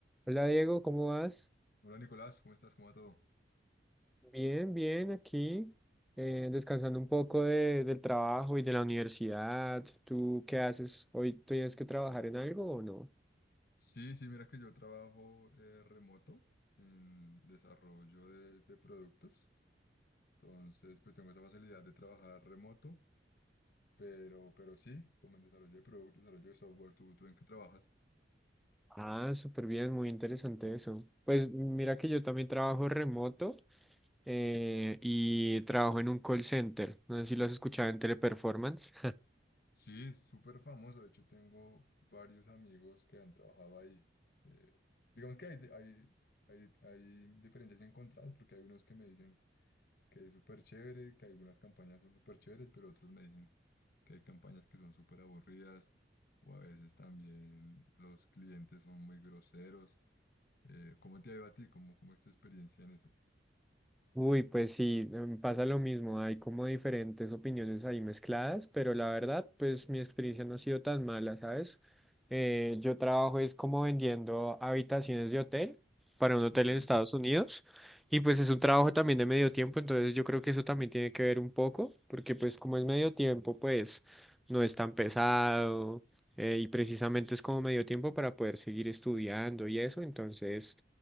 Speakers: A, in the centre; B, on the left.
A: Hola Diego, ¿cómo vas?
B: Hola Nicolás, ¿cómo estás? ¿Cómo va todo?
A: Bien, bien, aquí eh, descansando un poco de- del trabajo y de la universidad. ¿Tú qué haces? ¿Hoy tienes que trabajar en algo o no?
B: Sí, sí, mira que yo trabajo eh, remoto en desarrollo de, de productos. Entonces, pues tengo esa facilidad de trabajar remoto, pero, pero sí, como en desarrollo de productos, desarrollo de software, ¿tú, tú en qué trabajas?
A: Ah, súper bien, muy interesante eso. Pues mira que yo también trabajo remoto eh, y trabajo en un call center. No sé si lo has escuchado en Teleperformance.
B: Sí, es súper famoso. De hecho, tengo varios amigos que han trabajado ahí. Eh, digamos que hay, hay, hay, hay diferencias encontradas porque hay unos que me dicen que es súper chévere, que algunas campañas son súper chéveres, pero otros me dicen que hay campañas que son súper aburridas o a veces también los clientes son muy groseros. Eh, ¿cómo te ha ido a ti? ¿Cómo, cómo es tu experiencia en eso?
A: Uy, pues sí, em, pasa lo mismo, hay como diferentes opiniones ahí mezcladas, pero la verdad, pues mi experiencia no ha sido tan mala, ¿sabes? Eh, yo trabajo es como vendiendo habitaciones de hotel para un hotel
B: Ok,
A: en Estados Unidos y pues es un trabajo también de medio tiempo, entonces yo creo que eso también tiene que ver un poco, porque pues como es medio tiempo, pues no es tan pesado eh, y precisamente es como medio tiempo para poder seguir estudiando y eso, entonces...